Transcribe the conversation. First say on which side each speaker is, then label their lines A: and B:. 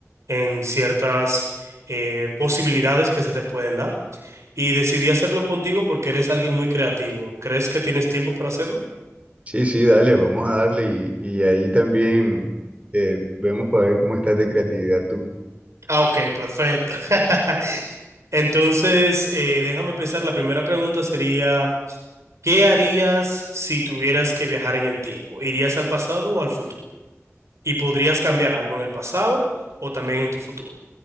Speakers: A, on the right (about 75°); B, on the right (about 25°).
A: en ciertas eh, posibilidades que se te pueden dar. Y decidí hacerlo contigo porque eres alguien muy creativo. ¿Crees que tienes tiempo para hacerlo?
B: Sí, sí, dale, vamos a darle y, y ahí también eh, vemos para ver cómo estás de creatividad tú.
A: Ah, ok, perfecto. <laughs> Entonces, eh, déjame pensar, la primera pregunta sería, ¿qué harías si tuvieras que viajar en el tiempo? ¿Irías al pasado o al futuro? ¿Y podrías cambiar algo en el pasado o también en tu futuro?